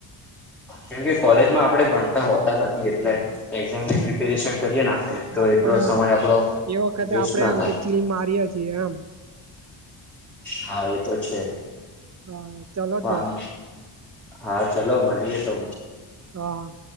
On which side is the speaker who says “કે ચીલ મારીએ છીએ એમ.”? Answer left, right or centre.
Right